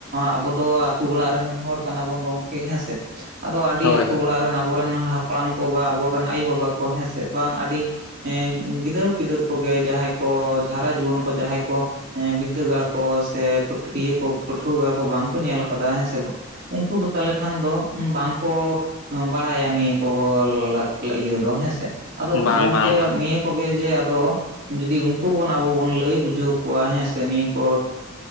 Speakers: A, on the right; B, on the left.
A: ᱟᱵᱚ ᱫᱚ ᱟᱹᱛᱩ ᱚᱲᱟᱜ ᱨᱮᱱ ᱦᱚᱲ ᱠᱟᱱᱟᱵᱚᱱ ᱜᱚᱝᱠᱮ ᱦᱮᱸᱥᱮ ᱾ ᱟᱫᱚ ᱟᱹᱰᱤ
B: ᱦᱳᱭ
A: ᱟᱹᱛᱩ
B: ᱦᱳᱭ
A: ᱚᱲᱟᱜ ᱨᱮᱱ ᱟᱵᱚᱨᱮᱱ ᱦᱟᱯᱲᱟᱢ ᱠᱚ ᱵᱟ ᱟᱵᱚᱨᱮᱱ ᱟᱭᱳᱵᱟᱵᱟ ᱠᱚ ᱦᱮᱸᱥᱮ ᱵᱟᱝ ᱟᱹᱰᱤ ᱦᱮᱧ ᱜᱤᱫᱟᱹᱨ ᱯᱤᱫᱟᱹᱨ ᱠᱚᱜᱮ ᱡᱟᱦᱟᱸᱭ ᱠᱚ ᱡᱷᱟᱨᱟ ᱡᱩᱣᱟᱹᱱ ᱠᱚ ᱡᱟᱦᱟᱸᱭ ᱠᱚ ᱦᱮᱸ ᱵᱤᱫᱽᱫᱟᱹᱜᱟᱲ ᱠᱚ ᱥᱮ ᱤᱭᱟᱹ ᱠᱚ ᱯᱟᱹᱴᱷᱣᱟᱹ ᱜᱟᱲ ᱠᱚ ᱵᱟᱝᱠᱚ ᱧᱮᱞ ᱠᱟᱫᱟ ᱦᱮᱸ ᱥᱮ ᱵᱟᱝ ᱩᱱᱠᱩ ᱫᱚ ᱛᱟᱦᱚᱞᱮ ᱠᱷᱟᱱ ᱫᱚ ᱵᱟᱝᱠᱚ ᱵᱟᱲᱟᱭᱟ ᱱᱤᱭᱟᱹ ᱾ <unintelligible> ᱤᱭᱟᱹ ᱫᱚ ᱦᱮᱸ ᱥᱮ ᱟᱫᱚ
B: ᱵᱟᱝ
A: ᱜᱚᱝᱠᱮ
B: ᱵᱟᱝ ᱵᱟᱝ
A: ᱱᱤᱭᱟᱹ ᱠᱚᱜᱮ ᱡᱮ ᱟᱫᱚ ᱡᱩᱫᱤ ᱩᱱᱠᱩ ᱵᱚᱱ ᱟᱵᱚ ᱵᱚᱱ ᱞᱟᱹᱭ ᱵᱩᱡᱷᱟᱹᱣ ᱠᱚᱣᱟ ᱦᱮᱸ ᱥᱮ ᱱᱤᱭᱟᱹ ᱠᱚ